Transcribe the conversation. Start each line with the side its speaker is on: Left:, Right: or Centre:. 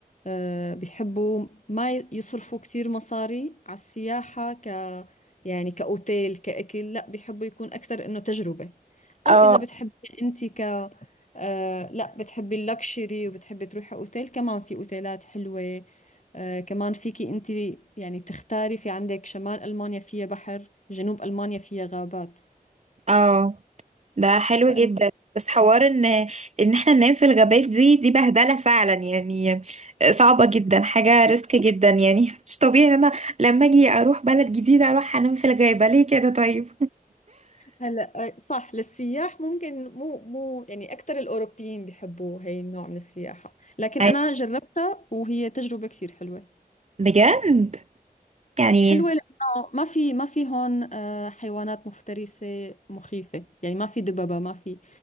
Left: آه، بيحبوا ما يصرفوا كثير مصاري على السياحه ك يعني كاوتيل كاكل لا بيحبوا يكون اكثر انه تجربه
Right: اه
Left: او اذا بتحبي انت آه لا بتحبي اللكشري وبتحبي تروحي اوتيل كمان في اوتيلات حلوة آه كمان فيكي انت يعني تختاري في عندك شمال المانيا فيها بحر جنوب المانيا فيها غابات
Right: اه ده حلو
Left: فانا
Right: جدا بس حوار ان ان احنا ننام في الغابات دي دي بهدله فعلا يعني صعبه جدا حاجه ريسك جدا يعني <laughs> مش طبيعي ان انا لما اجي اروح بلد جديده اروح انام في الغابه ليه كده طيب
Left: هلا آه، صح للسياح ممكن مو مو يعني اكثر الاوروبيين بيحبوا هي النوع من السياحة لكن
Right: أي-
Left: انا جربتها وهي تجربة كثير حلوة
Right: بجد يعني
Left: حلوة لأنه ما في ما في هون آه، حيوانات مفترسة مخيفة يعني ما في دببة ما في